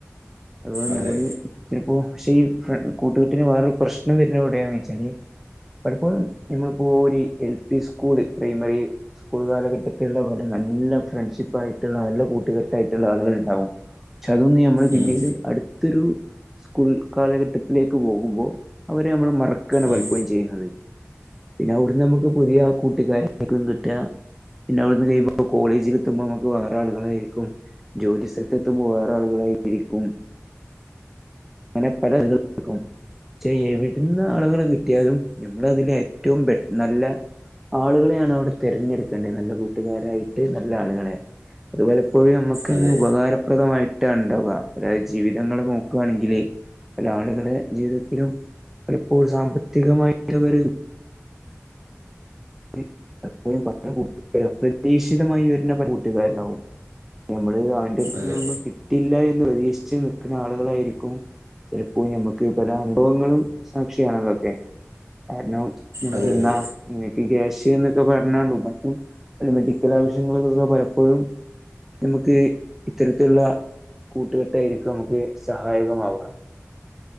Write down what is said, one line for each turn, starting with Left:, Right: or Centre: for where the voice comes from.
Centre: അഥവാ
Right: അതെ
Centre: നമ്മള് ചിലപ്പോ പക്ഷേ ഈ ഫ്രെ കൂട്ടുകെട്ടിന് വേറൊരു പ്രശ്നം വരുന്നതെവിടെയാന്ന് വെച്ചാല് പലപ്പോഴും ഞമ്മളിപ്പോ ഒരു L P school primary school കാലഘട്ടത്തിലുള്ള ബൻ ട്ട് നല്ല ഫ്രണ്ട്ഷിപ്പ് ആയിട്ടുള്ള നല്ല കൂട്ടുകെട്ടായിട്ടുള്ള ആളുകൾ ഉണ്ടാാവും ചലോന്ന് നമ്മള് പിന്നീട്
Right: ഉം
Centre: അടുത്തൊരു സ്കൂൾ കാലഘട്ടത്തിലേക്ക് പോകുമ്പോ അവരെ നമ്മള് മറക്കാണ്
Right: ഉം
Centre: പലപ്പോഴും ചെയ്യുന്നത് പിന്നെ അവിടുന്ന് നമുക്ക് പുതിയ കൂട്ടുകാരക്കും കിട്ട പിന്നെ അവിടുന്ന് കഴിയുമ്പോ ഇപ്പ കോളേജിൽ എത്തുമ്പോ നമുക്ക് വേറെ ആളുകളായിരിക്കും ജോലി സ്ഥലത്ത് എത്തുമ്പോ വേറെ ആളുകളായിരിക്കും അങ്ങനെ പല ഇതി ക്കും ചെ എവിടുന്ന് ആളുകളെ കിട്ടിയാലും ഞമ്മൾ അതില് ഏറ്റവും ബെറ്റ് നല്ല ആളുകളെയാണ് അവിടെ തിരഞ്ഞെടുക്കേണ്ടത് നല്ല കൂട്ടുകാരായിട്ട് നല്ല ആളുകളെ അത്പലപ്പോഴും നമ്മുക്ക് തന്നെ
Right: അതെ
Centre: ഉപകാരപ്രദമായിട്ടാണ് ഉണ്ടാവാ ഒരാളെ ജീവിതങ്ങള് നോക്കുവാണെങ്കിൽ പല ആളുകളെ ജീവിതത്തിലും പലപ്പോഴും സാമ്പത്തികായിട്ടവര് അ് പലപ്പോഴും പല കൂട്ടുകാരും അപ്രതീക്ഷിതമായി വരുന്ന പല കൂട്ടുകാരുണ്ടാവും ഞമ്മള് അവന്റെടുത്തു
Right: അതെ
Centre: നിന്നൊന്നും കിട്ടില്ല എന്ന് പ്രതീക്ഷിച്ച് നിൽക്കുന്ന ആളുകളായിരിക്കും ചിലപ്പോ ഞമ്മക്ക് പല അനുഭവങ്ങളും സാക്ഷിയാണ് അതൊക്കെ കാരണം ഞമ്മക്കിന്ന
Right: അതെ അതെ
Centre: പിക്യാഷ് ന്നൊക്കെ പറഞ്ഞാണ്ടും മറ്റും മെഡിക്കൽ ആവശ്യങ്ങൾക്കൊക്കെ പലപ്പോഴും നമുക്ക് ഇത്തരത്തിലുള്ള കൂട്ടുകെട്ടായിരിക്കും നമുക്ക് സഹായകമാവാ